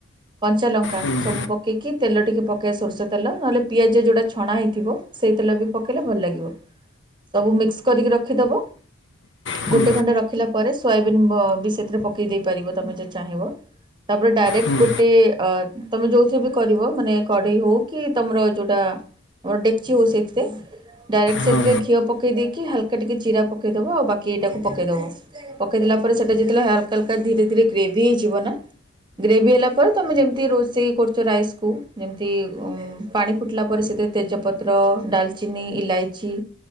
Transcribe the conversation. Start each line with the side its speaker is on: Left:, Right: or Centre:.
Right: କଞ୍ଚା ଲଙ୍କା
Left: ହୁଁ
Right: ସବୁ ପକେଇକି ତେଲ ଟିକେ ପକାଇଆ ସୋରିଷ ତେଲ ନହେଲେ ପିଆଜ ଯେଉଁଟା ଛଣା ହେଇଥିବ ସେଇ ତେଲ ବି ପକେଇଲେ ଭଲ ଲାଗିବ ସବୁ ମିକ୍ସ କରିକି ରଖିଦେବ।
Left: ହୁଁ ହୁଁ
Right: ଗୋଟେ ଘଣ୍ଟା ରଖିଲା ପରେ ସୋୟାବିନ୍ ବି ସେଥିରେ ପକେଇ ଦେଇ ପାରିବ ତମେ ଯଦ ଚାହିଁବ। ତାପରେ ଡାଇରେକ୍ଟ
Left: ହୁଁ
Right: ଗୋଟେ ଅ ତମେ ଯୋଉ ଥିରେ ବି କରିବ ମାନେ କଢେଇ ହଉ କି ତମର ଯୋଉଟା ଓ ଡେକ୍ଚି ହଉ ସେଥିରେ ଡାଇରେକ୍ଟ ସେଥିରେ
Left: ହଁ
Right: ଘିଅ ପକେଇ ଦେଇକି ହାଲକା ଟିକେ ଜିରା ପକେଇଦବ ଆଉ ବାକି ଏଇଟାକୁ ପକେଇଦବ। ପକେଇ ଦେଲା ପରେ ସେଟା ଯେତେଲେ ହାଲକା ହାଲକା ଧୀରେ ଧୀରେ ଗ୍ରେଭି ହେଇଯିବ ନା ଗ୍ରେଭି ହେଲା ପରେ ତମେ ଯେମିତି ରୋଷେଇ କରୁଛ ରାଇସ୍କୁୁ ଯେମିତି ଉଁ ପାଣି ଫୁଟିଲା ପରେ ସେଥିରେ ତେଜପତ୍ର ପତ୍ର, ଡାଲଚିନି, ଇଲାଇଚି,